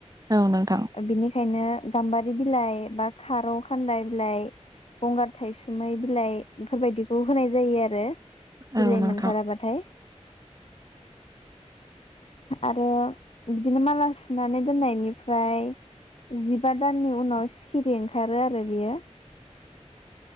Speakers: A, on the right; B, on the left.
A: औ नोंथां।
B: बिनिखायनो गाम्बारि बिलाइ बा खारौ खान्दाइ बिलाइ गंगार थायसुमै बिलाइ बेफोरबायदिखौ होनाय जायो आरो।
A: औ
B: बिलाइ
A: नोंथां
B: मोनथाराबाथाय। आरो बिदिनो माला सुनानै दोननायनिफ्राय जिबा दाननि उनाव सिखिरि ओंखारो आरो बियो।